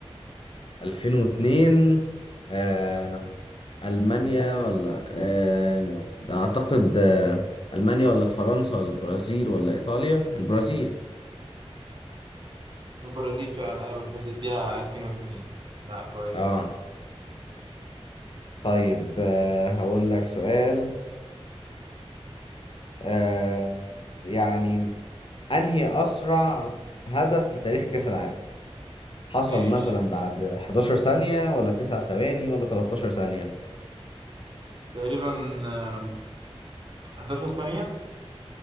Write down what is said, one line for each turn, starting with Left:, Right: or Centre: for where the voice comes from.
Left: 2002 آه ألمانيا ولا آه ده أعتقد آه ألمانيا ولا فرنسا ولا البرازيل ولا إيطاليا البرازيل
Right: البرازيل فعلا أيوة اللي فازت بيها 2002 لا كويس
Left: آه طيب آه هقول لك سؤال آه يعني أنهي أسرع هدف في تاريخ كأس العالم حصل
Right: ماشي
Left: مثلا بعد 11 ثانية ولا 9 ثواني ولا 13 ثانية
Right: تقريبا آم، 11 ثانية